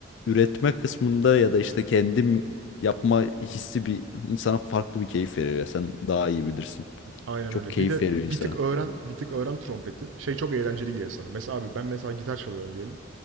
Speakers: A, on the left; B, on the right.
A: üretme kısmında ya da işte kendim yapma hissi bir insana farklı bir keyif veriyor ya sen daha iyi bilirsin.
B: aynen
A: Çok
B: öyle.
A: keyif
B: Bir de
A: veriyor
B: bir
A: insana.
B: tık öğren, bir tık öğren trompeti. Şey çok eğlenceli gelir sana. Mesela abi ben mesela gitar çalıyorum diyelim.